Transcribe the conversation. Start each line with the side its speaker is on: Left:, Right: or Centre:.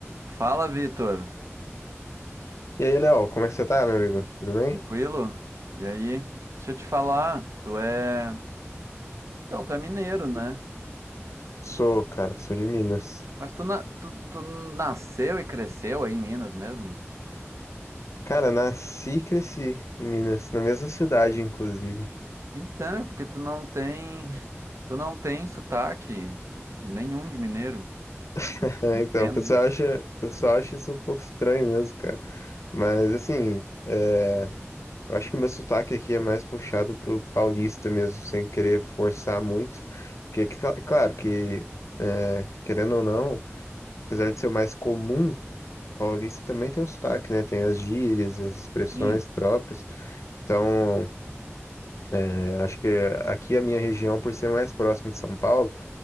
Right: Fala, Vitor.
Left: E aí, Léo, como é que você tá, meu amigo? Tudo bem?
Right: Tranquilo? E aí? Deixa eu te falar, tu é. Então, tu é mineiro, né?
Left: Sou, cara, sou de Minas.
Right: Mas tu, na- tu, tu nasceu e cresceu aí em Minas mesmo?
Left: Cara, nasci e cresci em Minas, na mesma cidade, inclusive.
Right: Então, é porque tu não tem. <laughs> Tu não tem sotaque nenhum de mineiro.
Left: <laughs>
Right: Não entendo
Left: Então, o pessoal
Right: isso.
Left: acha, o pessoal acha isso um pouco estranho mesmo, cara. Mas, assim, é, eu acho que o meu sotaque aqui é mais puxado pro paulista mesmo, sem querer forçar muito. Porque, que- cla- claro que, é, querendo ou não, apesar de ser o mais comum, o paulista também tem um sotaque, né? Tem as gírias, as expressões
Right: Sim.
Left: próprias. Então. É, acho que aqui a minha região, por ser mais próxima de São Paulo,